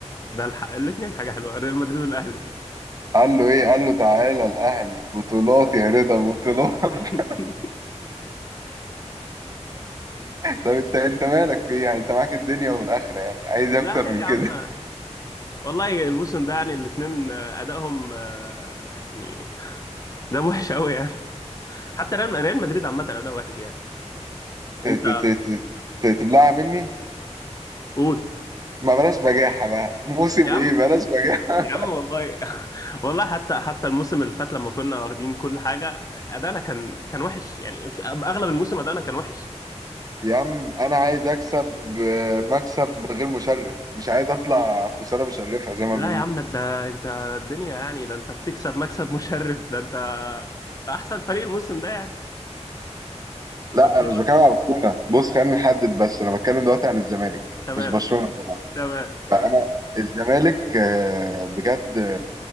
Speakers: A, on the left; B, on the right.
A: ده الح... الاثنين حاجه حلوه ريال مدريد والاهلي
B: قال له ايه قال له تعالى الاهلي بطولات يا رضا بطولات <laughs>
A: <laughs>
B: طب انت انت مالك في ايه يعني انت معاك الدنيا والاخره يعني عايز
A: لا
B: إيه اكتر
A: ليه
B: من
A: يا
B: كده
A: عم
B: <laughs>
A: والله الموسم ده يعني الاثنين ادائهم آه، يعني ده وحش قوي يعني حتى ريال ريال مدريد عامه اداء وحش يعني
B: ت-
A: انت
B: ت- ت- ت- ت- تبلعها مني
A: قول
B: ما بلاش بجاحه بقى موسم
A: يا عم
B: ايه بلاش بجاحه
A: يا عم والله <laughs> والله حتى حتى الموسم اللي فات لما كنا واخدين كل حاجه ادائنا كان كان وحش يعني في اغلب الموسم ادائنا كان وحش
B: <laughs> يا عم انا عايز اكسب آه، مكسب غير مشرف مش عايز اطلع خساره مشرفه زي ما
A: لا
B: بيقولوا
A: يا عم ده انت الدنيا يعني ده انت بتكسب مكسب مشرف ده انت احسن فريق الموسم ده يعني
B: لا
A: برشلونه
B: انا مش بتكلم على برشلونه بص خلينا نحدد بس انا بتكلم دلوقتي عن الزمالك
A: تمام
B: مش برشلونه طبعا
A: تمام
B: فانا
A: تمام
B: الزمالك آه، بجد